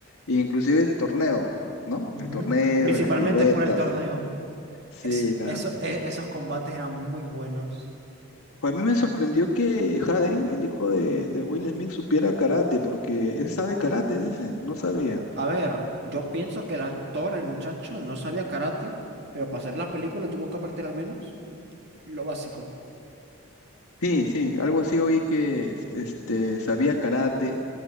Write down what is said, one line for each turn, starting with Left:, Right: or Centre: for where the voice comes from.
Left: inclusive el torneo, ¿no?
Right: Ujú.
Left: El torneo,
Right: Principalmente
Left: las piruetas.
Right: por el torneo.
Left: Sí,
Right: Es-
Left: la.
Right: eso- e- esos combates eran muy buenos.
Left: Pues a mí me sorprendió que Jaden, el hijo de, de Will Smith, supiera karate, porque él sabe karate, dicen, no sabía.
Right: A ver, yo pienso que el actor, el muchacho, no sabía karate, pero para hacer la película tuvo que aprender al menos lo básico.
Left: Sí, sí, algo así oí que es- este, sabía karate,